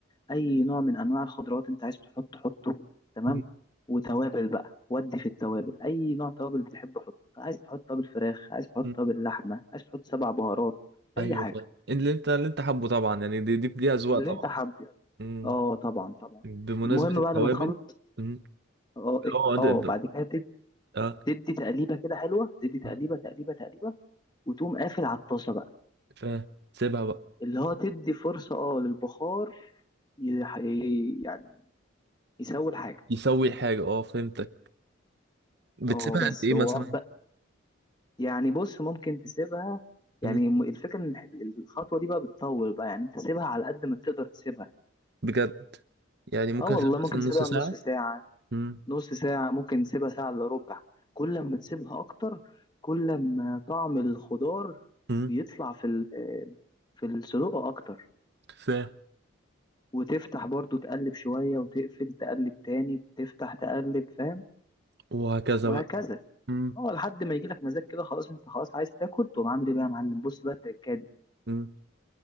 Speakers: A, on the left; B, on the right.
A: اي نوع من انواع الخضروات انت عايز تحط حطه تمام
B: مم.
A: وتوابل بقى ودي في التوابل اي نوع توابل بتحبه حطه عايز تحط توابل فراخ عايز تحط
B: مم.
A: توابل لحمه عايز تحط سبع بهارات
B: ايوه
A: اي حاجه
B: فاهم اللي انت اللي انت حابه طبعا يعني دي دي دي اذواق
A: اللي
B: طبعا
A: انت حابه
B: مم.
A: اه طبعا طبعا
B: بمناسبة
A: المهم
B: التوابل
A: بعد ما تخلص
B: مم.
A: اه إيه،
B: اه ده
A: اه
B: ده
A: بعد كده تد-
B: اه
A: تدي تقليبه كده حلوه تدي تقليبه
B: آه.
A: تقليبه تقليبه وتقوم قافل على الطاسه بقى
B: فاهم سيبها بقى
A: اللي هو تدي فرصه اه للبخار يح- يعني يسوي الحاجه
B: يسوي الحاجة اه فهمتك بتسيبها
A: اه بس
B: قد ايه
A: هو
B: مثلا
A: يعني بص ممكن تسيبها يعني
B: مم.
A: م- الفكرة ان الح- الخطوة دي بقى بتطول بقى يعني انت سيبها على قد ما تقدر تسيبها
B: بجد يعني ممكن
A: اه والله
B: اسيبها
A: ممكن
B: مثلا نص
A: تسيبها
B: ساعة
A: نص ساعة
B: مم.
A: نص ساعة ممكن تسيبها ساعة الا ربع كل ما تسيبها اكتر كل ما طعم الخضار
B: مم.
A: بيطلع في ال- في الصدوق اكتر
B: فاهم
A: وتفتح برضو تقلب شوية وتقفل تقلب تاني تفتح تقلب فاهم
B: وهكذا
A: وهكذا
B: بقى مم.
A: اه لحد ما يجيلك مزاج كده خلاص انت خلاص عايز تاكل تقوم عامل ايه بقى يا معلم بص بقى التركات
B: مم.